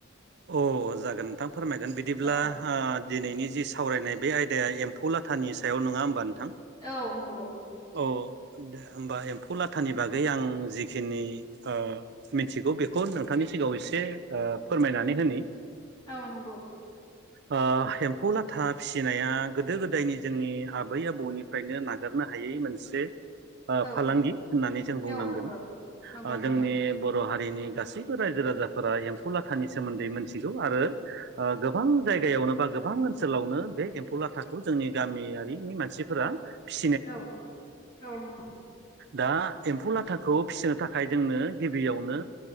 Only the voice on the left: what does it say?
औ
औ नंगौ <inaudible>
औ नंगौ
औ
औ नंगौ
नंगौ नोंथां
औ औ नंगौ